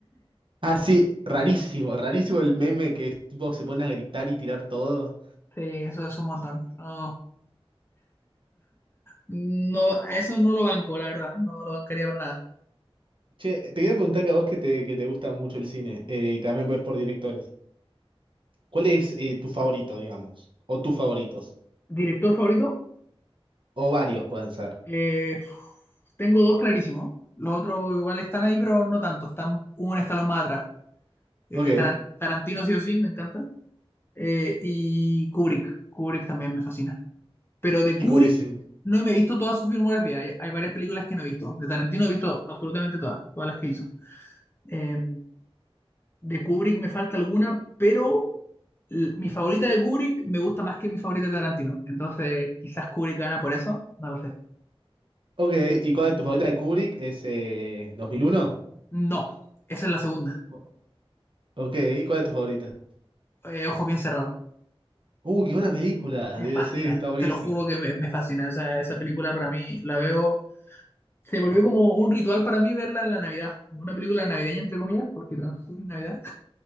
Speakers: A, on the right; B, on the left.
A: Ah, sí, rarísimo, rarísimo el meme que es tipo se pone a gritar y tirar todo.
B: Sí, eso es un montón. No, no, a eso no lo banco, la verdad, no lo bancaría para nada.
A: Che, te quería preguntar que a vos que te, que te gusta mucho el cine eh, y también ves por directores. ¿Cuál es eh, tu favorito, digamos? O tus favoritos.
B: Director favorito,
A: O varios pueden ser.
B: eh, tengo dos clarísimos. Los otros igual están ahí, pero no tanto. Están un escalón más atrás. Eh,
A: Ok.
B: Taran- Tarantino sí o sí, me encanta. Eh, y Kubrick. Kubrick también me fascina. Pero de
A: Y
B: Kubrick
A: Kubrick. sí.
B: no me he visto todas sus filmografía. Hay, hay varias películas que no he visto. De Tarantino he visto absolutamente todas, todas las que hizo. Eh, de Kubrick me falta alguna, pero l- mi favorita de Kubrick me gusta más que mi favorita de Tarantino. Entonces, quizás Kubrick gana por eso. No lo sé.
A: Ok, ¿y cuál es tu favorita de Kubrick? ¿Es eh, 2001?
B: No, esa es la segunda.
A: O- Ok, ¿y cuál es tu favorita?
B: Eh, Ojos bien cerrados.
A: Uh, qué buena película.
B: Me
A: Sí,
B: fascina,
A: sí, está buenísima.
B: te lo juro que me, me fascina. Esa, esa película para mí la veo. Se volvió como un ritual para mí verla en la Navidad, como una película navideña, entre comillas, porque transcurre en Navidad.